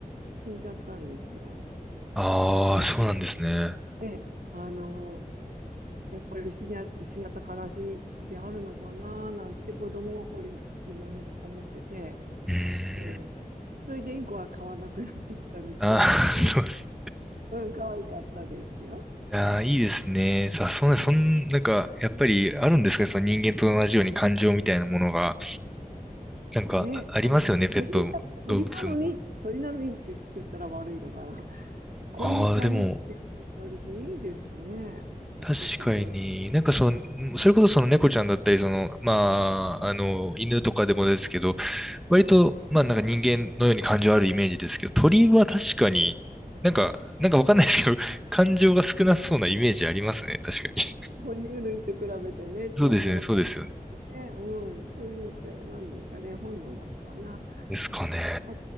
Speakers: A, on the right; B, in the centre.
A: 死んじゃったんですよ。
B: ああ、
A: なんで、
B: そうなんですね。
A: であの、やっぱり失い失った悲しみってあるのかななんて子供心にもみ思ってて、
B: うーん。
A: えーそれでインコは飼わなくなっちゃったんですけど、
B: ああ、
A: なかな
B: <laughs> そうです。
A: うん、可愛かったですよ。
B: いやー、いいですね。さそんな、そん、なんか、やっぱりあるんですかねその人間と同じように感情みたいなものが。なんか、
A: ね、
B: あありますよね、
A: あの、鳥だ、
B: ペット、
A: 鳥なのに、
B: 動物も。
A: 鳥なのにって言ったら悪いのかな。<laughs> こんなにっていう感じですね。
B: ああ、でも、確かに、
A: でしたね。
B: なんかその、それこそその猫ちゃんだったり、その、まあ、あの、犬とかでもですけど、割と、まあ、なんか人間のように感情あるイメージですけど、鳥は確かに、なんか、なんかわかんないですけど、
A: で、
B: <laughs> 感情が少なそうなイメージありますね、確かに。
A: 哺乳類と比べてねって思ったんですけどね。
B: そうですよね、そうですよね。
A: うん、そういうのって何ですかね。本能なのかな。
B: ですかね。
A: あ、